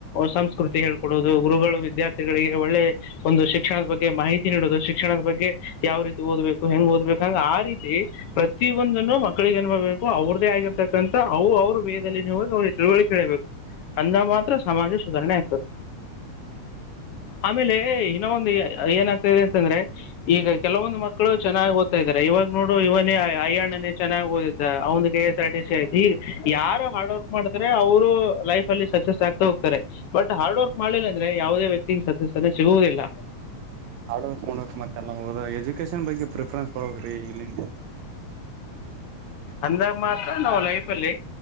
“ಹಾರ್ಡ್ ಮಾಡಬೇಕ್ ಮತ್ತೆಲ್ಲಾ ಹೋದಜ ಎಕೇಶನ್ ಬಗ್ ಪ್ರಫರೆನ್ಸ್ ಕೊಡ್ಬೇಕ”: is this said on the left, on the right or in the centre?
Right